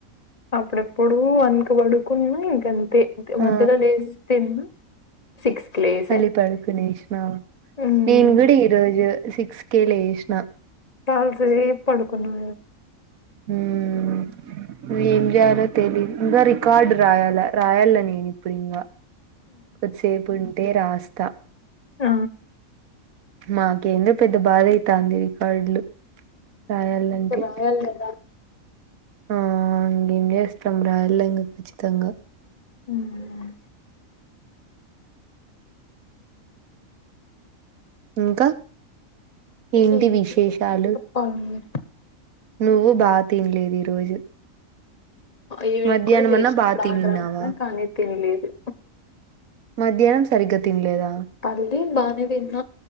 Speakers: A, on the left (about 35°); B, on the right (about 80°).
A: అప్పుడప్పుడు వన్ కి పడుకున్నా ఇంకా అంతే
B: ఆ!
A: మధ్యలో లేసి తిన్నా. సిక్స్కి లేసా
B: మళ్ళీ పడుకునేసినా
A: ఉమ్.
B: నేను కూడా ఈరోజు సిక్స్ కే లేసిన.
A: తాల్పు తీసి పడుకున్నా.
B: హ్మ్. ఏం జయాలో తెలీదు ఇగ రికార్డు రాయాలా రాయలా నేనెప్పుడూ ఇంగ. కొద్దిసేపు వింటే రాస్తా.
A: ఆ
B: మాకేందో పెద్ద బాధ అయితాది రికార్డులు. రాయాలంటే
A: రాయాలి కదా.
B: ఆ ఇంగ ఏం చేస్తాం రాయాలి ఇంగా ఖచ్చితంగా.
A: ఉమ్
B: ఇంకా
A: ఇంకేం
B: ఏంటి విశేషాలు
A: చెప్పాలి మీరు
B: నువ్వు బాగా తినలేదు ఈ రోజు
A: ఈవినింగ్
B: మధ్యాహ్నం
A: కూడా లేచినప్పుడు
B: అన్నా బా తినిన్నావా
A: ఆకలి కానీ తినలేదు
B: మధ్యాహ్నం సరిగ్గా తినలేదా
A: పల్లి బానే తిన్నా